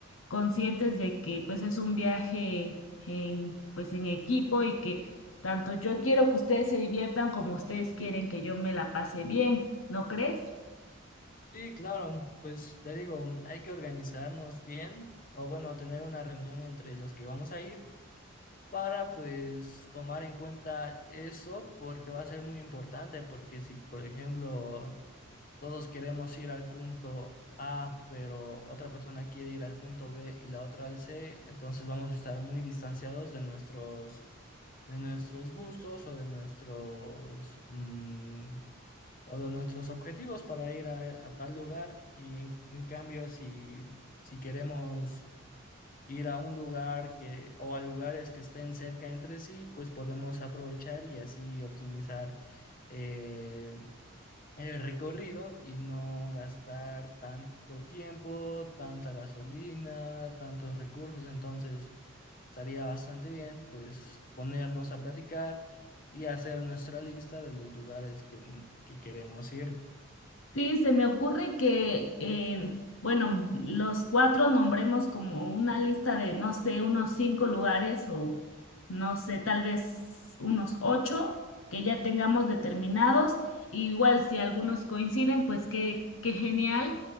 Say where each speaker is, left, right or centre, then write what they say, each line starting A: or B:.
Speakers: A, on the left (about 75°); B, on the left (about 40°).
A: conscientes de que pues es un viaje en pues en equipo y que tanto yo quiero que ustedes se diviertan como ustedes quieren que yo me la pase bien, ¿no crees?
B: Sí, claro, pues te digo, hay que organizarnos bien o bueno, tener una reunión entre los que vamos a ir para pues tomar en cuenta eso porque va a ser muy importante porque si, por ejemplo, todos queremos ir al punto A, pero otra persona quiere ir al punto B y la otra al C, entonces vamos a estar muy distanciados de nuestros de nuestros gustos o de nuestros mm, o de nuestros objetivos para ir a, a tal lugar y en, en cambio si, si queremos ir a un lugar que o a lugares que estén cerca entre sí, pues podemos aprovechar y así optimizar eh, el recorrido y no gastar tanto tiempo, tanta gasolina, tantos recursos. Entonces, estaría bastante bien, pues, ponernos a platicar y hacer nuestra lista de los lugares que, que queremos ir.
A: Sí, se me ocurre que, eh, bueno, los cuatro nombremos como una lista de, no sé, unos cinco lugares o, no sé, tal vez unos ocho que ya tengamos determinados. Y Igual si algunos coinciden, pues qué, qué genial.